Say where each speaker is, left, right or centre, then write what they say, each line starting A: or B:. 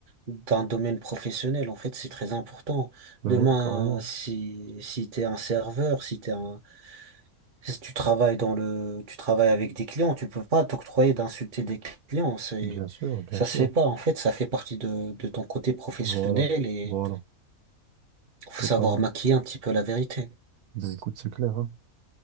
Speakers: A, on the right (about 40°); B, on the right (about 80°).
A: d'un domaine professionnel. En fait, c'est très important.
B: Ben
A: Demain,
B: ouais, carrément.
A: si, si t'es un serveur, si t'es un si tu travailles dans le, tu travailles avec des clients, tu peux pas t'octroyer d'insulter des clients, c'est,
B: Bien sûr, bien
A: ça
B: sûr.
A: se fait pas. En fait, ça fait partie de, de ton côté professionnel
B: Voilà,
A: et
B: voilà,
A: faut
B: totalement.
A: savoir maquiller un petit peu la vérité.
B: Ben écoute, c'est clair, hein.